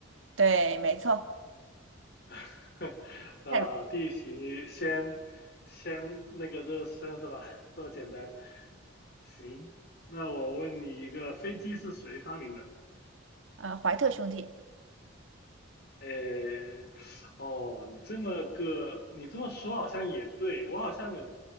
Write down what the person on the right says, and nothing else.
对，没错，
泰鲁
呃，怀特兄弟。